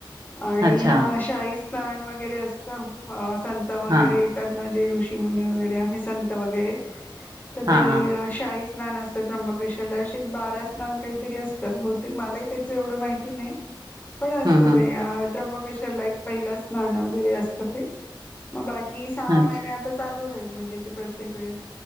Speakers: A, on the left (about 25°); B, on the right (about 50°).
A: आणि
B: अच्छा
A: शाहीस्थान वगैरे असतं अ संत वगैरे
B: हा
A: ये तात ना जे ऋषीमुनी वगैरे आहे संत वगैरे त
B: हा
A: ते
B: हा
A: शाही स्नान असतात त्र्यंभकेश्वरला असे बारा स्नान काहीतरी असतात बहुतेक मलाही त्याचं एवढं माहिती नाही.
B: <unintelligible>
A: पण असत
B: हम्म
A: ते अ त्र्यंबकेश्वर ला एक पहिलं स्नान वगैरे असतं ते मग बाकी सहा
B: अच्छा
A: महिने आता चालू राहील. म्हणजे ते प्रत्येक वेळेस